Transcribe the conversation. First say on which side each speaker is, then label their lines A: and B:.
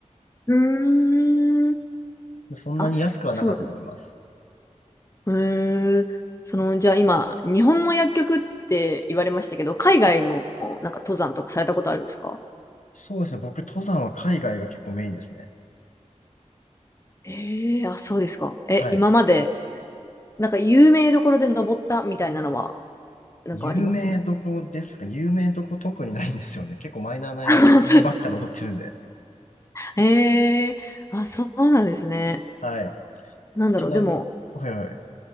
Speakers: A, on the left (about 25°); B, on the left (about 80°).
A: うーん。
B: でそんなに安くはなかったと思います。
A: あ、そうなんだ。へえ、その、じゃあ今、日本の薬局って言われましたけど、海外もなんか登山とかされたことあるんですか
B: そうですね。僕、登山は海外が結構メインですね。
A: ええー、あ、そうですか。え、
B: はい。
A: 今まで、なんか有名どころで登ったみたいなのは、なんかあります
B: 有名どこですか有名どこ特にないんですよね。結構マイナーな山、
A: <laughs>
B: 山ばっか登ってるんで。
A: ええー、あ、そうなんですね。
B: はい。
A: なんだろう、
B: ちなみに、
A: でも、
B: はいはい。